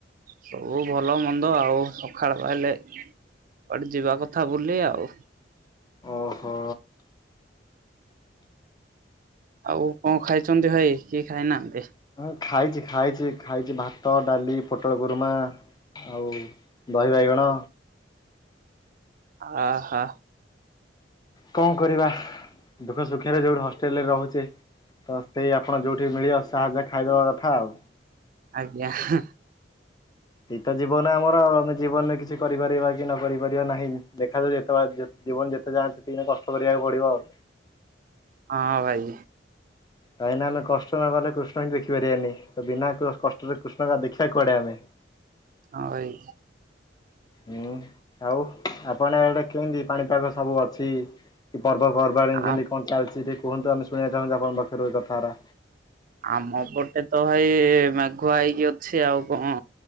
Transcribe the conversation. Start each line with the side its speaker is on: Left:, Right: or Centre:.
Right: ସବୁ। ଭଲ ମନ୍ଦ ଆଉ ସକାଳ ପାଇଲେ କୁଆଡେ ଯିବା କଥା ବୁଲି ଆଉ।
Left: ଓହୋ।
Right: ଆଉ କଣ ଖାଇଛନ୍ତି ଭାଇ କି ଖାଇ ନାହାନ୍ତି।
Left: ହଁ ଖାଇଛି ଖାଇଛି ଖାଇଛି ଭାତ ଡାଲି ପୋଟଳ କୁରୁମା। ଆଉ ଦହି ବାଇଗଣ।
Right: ଆ ହା।
Left: କଣ କରିବା ଦୁଃଖ ସୁଖରେ ଯୋଉଠି ହଷ୍ଟେଲରେ ରହୁଛି। ତ ସେଇ ଆପଣ ଯୋଉଠି ମିଳିବ ସାହା ଜା ଖାଇଦବା କଥା ଆଉ।
Right: ଆଜ୍ଞା ହେଁ।
Left: ଏଇତ ଜୀବନ ଆମର ଆଉ ଆମେ ଜୀବନରେ କିଛି। କିଛି କରିପାରିବା କି ନ କରିପାରିବା ନାହିଁ ଦେଖା ଯାଉ ଯେପ ଜୀବନ ଯେତେ ଯାକେ ଅଛି। ସେତିକି ଦିନି କଷ୍ଟ କରିବାକୁ ପଡିବ ଆଉ।
Right: ହଁ ଭାଇ।
Left: କାହିଁକି ନା ଆମେ କଷ୍ଟ ନ କଲେ କୃଷ୍ଣ ବି ଦେଖି ପାରିବାନି ତ ବିନା କ୍ର- କଷ୍ଟରେ କୃଷ୍ଣ ଟା ଦେଖିବା କୁଆଡ଼େ ଆମେ। <inaudible>
Right: ହଁ ଭାଇ।
Left: ହୁଁ ଆଉ ଆପଣ ଆଡ଼େ କେମିତି ପାଣିପାଗ ସବୁ ଅଛି। ପର୍ବ ପର୍ବାଣି କେମତି
Right: ଆ
Left: କଣ ଚାଲିଛି ଟିକେ କୁହନ୍ତୁ ଆମେ ଶୁଣିବା ଚାହୁଁଛୁ ଆପଣଙ୍କ ପାଖରୁ ଏ କଥାଗୁରା।
Right: ଆମ ପଟେ ତ ଭାଇ ମେଘୁଆ ହେଇକି ଅଛି ଆଉ କଣ।